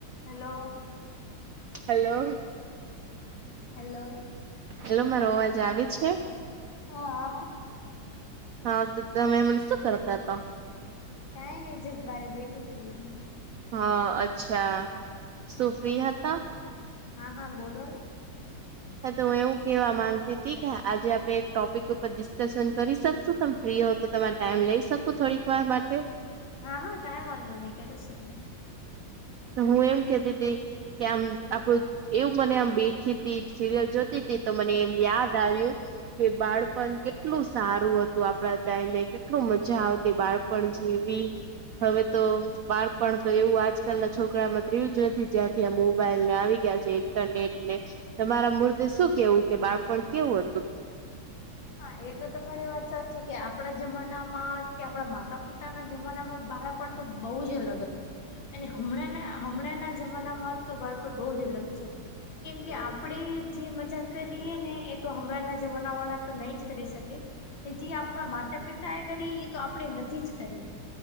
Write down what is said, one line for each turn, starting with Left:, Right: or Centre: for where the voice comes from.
Left: Hello.
Right: Hello.
Left: Hello.
Right: Hello મારો અવાજ આવે છે.
Left: હા.
Right: હા તો તમે હમણાં‌ શું કરતા હતા.
Left: કઈ નહિ જસ બાર બેઠી‌ હતી.
Right: હા અચ્છા સુ ફ્રી હતા?
Left: હા હા બોલો ને
Right: હા તો હું એવું કેવા માંગતી હતી કે આજે આપણે એક ટોપિક ઉપર ડિસ્કશન કરી શકશું તમે ફ્રી હોવ તો તો તમારો ટાઈમ લઈ શકૂ થોડીક વાર માટે
Left: હા હા કાઈ વાંધો નહીં કરી શકીએ.
Right: હું એમ કેતી હતી કે આમ આપડું એવું મને આમ બેઠી હતી સિરિયલ જોતી તી તો મને એમ યાદ આવ્યું કે બાળપણ કેટલું સારું હતું આપડા ટાઈમે કેટલુ મજા આવતી બાળપણ પણ જેવી હવે તો બાળપણ તો એવું આજ આજકાલ ના છોકરામાં એવું નથી જ્યાંથી આ મોબાાઈલ ને આવી ગયા છે ઇન્ટરનેટ ને તમારા મતે શું કેવું કે બાળપણ કેવું હતું?
Left: હા એ તો તમારી વાત સાચી છે કે આપણા જમાનામાં કે આપણા માતા પિતાના જમાનામાં બાળપણ તો બહુ જ અલગ હતું ને હમણાંના હમણાના જમાનામાં તો બાળપણ બહુ જ અલગ છે. કેમ કે આપડે જે મજા કરીએ ને એ તો હમણાં ના જમાના વાળા તો નહી જ કરી શકે કે જે આપણા માતા પિતા એ કરી એ તો આપણે નથી જ કરી.